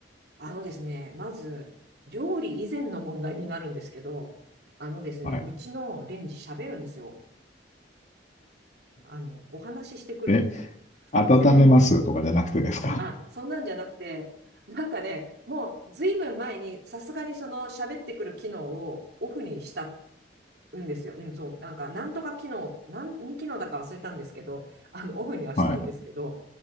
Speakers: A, on the right (about 65°); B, on the left (about 40°).
A: あのですね、まず、料理以前の問題になるんですけど、あのですね、
B: はい。
A: うちのレンジ喋るんですよ。あの、お話ししてくるんです。
B: え、温めますとかじゃなくてですか
A: <laughs> あ、そんなんじゃなくて、なんかね、もうずいぶん前にさすがにその喋ってくる機能をオフにしたんですよ。うん、そう、なんかなんとか機能、何機能だか忘れたんですけど、あの、オフにはしたんですけど、
B: はい。